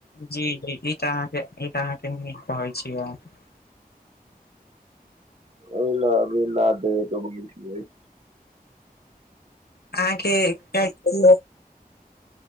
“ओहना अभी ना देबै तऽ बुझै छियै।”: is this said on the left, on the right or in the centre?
Right